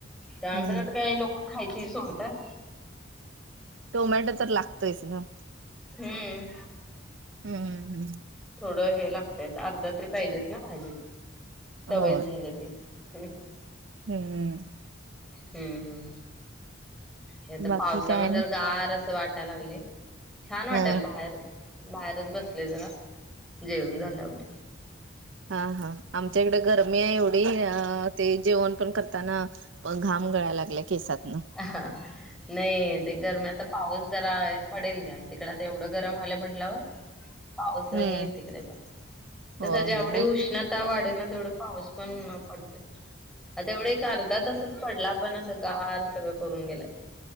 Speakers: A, in the centre; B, on the right (about 75°).
A: कांबरत
B: हम्म
A: काही लोक खायची ते सोडतात.
B: टोमॅटो तर लागतोयेच ना,
A: हम्म.
B: अ हम्म.
A: थोड हे लागतेत आर्ध्या तरी पाहिजेच ना भाजीत. सवय
B: हो
A: झालं ती. <unintelligible>
B: हम्म.
A: हम्म हम्म. हे त
B: बाकी
A: पावसामुळे
B: काय आणि
A: जर गार असं वाट काय लागले. छान वाटल
B: अ
A: बाहेर. बाहेरच बसले जरा. जेऊन झाल्यावर
B: हा हा आमच्या इकडे गरमी आहे एवढी, अ ते जेवण पण करताना घाम गळाय लागलाय केसात.
A: आहा नाही ते गरम्यात पाऊस जरा पडेल घ्या, तिकड एवढं गरम झालं म्हंटल्यावर. पाऊस येईल
B: हम्म
A: तिकडे पण, कसं
B: हो
A: जेवढी
B: हो
A: उष्णता वाढेल तेवढा पाऊस पण पडतोय. आता एवढा एक अर्धा तासच पडला पण असं गार सगळं करून गेलाय.